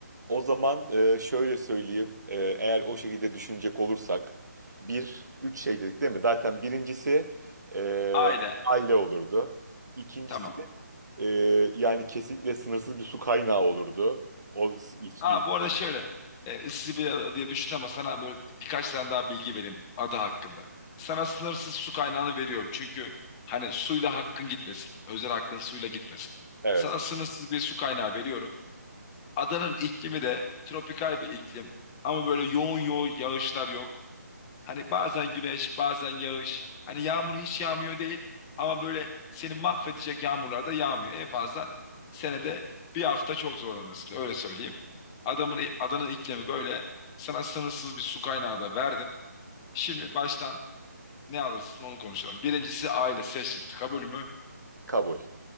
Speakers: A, on the right; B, on the left.
A: O zaman e, şöyle söyleyeyim. E, eğer o şekilde düşünecek olursak. Bir, üç şey dedik değil mi? Zaten birincisi e,
B: Aile
A: aile olurdu. İkincisi
B: tamam.
A: e, yani kesinlikle sınırsız bir su kaynağı olurdu. O, s- iç-
B: Aa
A: i-
B: bu arada şöyle e, ıssız bir ada diye düşün ama sana böyle birkaç tane daha bilgi vereyim ada hakkında. Sana sınırsız su kaynağını veriyorum çünkü hani suyla hakkın gitmesin. Özel hakkın suyla gitmesin.
A: evet,
B: Sana sınırsız bir su kaynağı veriyorum. Adanın iklimi de tropikal bir iklim. Ama böyle yoğun yoğun yağışlar yok. Hani bazen güneş, bazen yağış. Hani yağmur hiç yağmıyor değil. Ama böyle seni mahvedecek yağmurlar da yağmıyor. En fazla senede bir hafta çok zorlanırsın. Öyle söyleyeyim. Adamın, adanın iklimi böyle. Sana sınırsız bir su kaynağı da verdim. Şimdi baştan ne alırsın onu konuşalım. Birincisi aile seçtim. Kabul mü?
A: kabul.